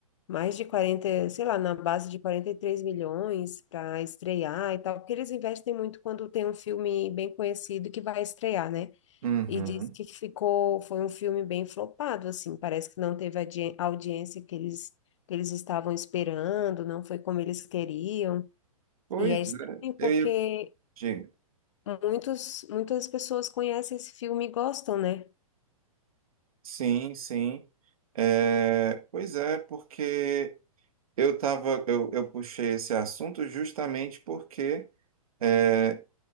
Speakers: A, on the left; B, on the right.
A: mais de 40 sei lá, na base de 43 milhões para estrear e tal, porque eles investem muito quando tem um filme bem conhecido que vai estrear, né?
B: Uhum.
A: E diz que ficou, foi um filme bem flopado, assim, parece que não teve a di- a audiência que eles, que eles estavam esperando, não foi como eles queriam.
B: Pois
A: E é
B: é,
A: estranho
B: eu
A: porque
B: ia... Diga.
A: muitos, muitas pessoas conhecem esse filme e gostam, né?
B: Sim, sim. É, pois é, porque eu tava, eu, eu puxei esse assunto justamente porque é,